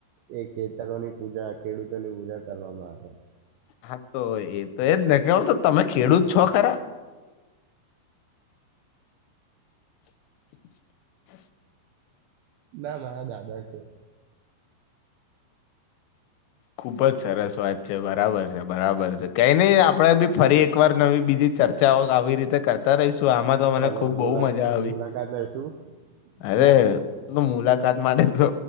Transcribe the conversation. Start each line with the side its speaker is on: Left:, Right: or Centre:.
Right: એ ખેતરોની, પૂજા ખેડૂતોની, પૂજા કરવામાં આવે
Left: હા, તો એ તો એજ ને કે તો તમે ખેડૂત છો, ખરા <inaudible>
Right: ના મારા દાદા છે.
Left: ખુબ જ સરસ વાત છે, બરાબર છે, બરાબર છે, કઈ નહી. આપડે બી ફરી એકવાર નવી બીજી ચર્ચાઓ આવી, રીતે કરતા રહીશ આમાં તો મને
Right: ચલો
Left: ખુબ બહુ,
Right: મુલા
Left: મજા આવી,
Right: મુલાકાત લઈશું
Left: અરે
Right: બાય
Left: તો મુલાકાત, માટે તો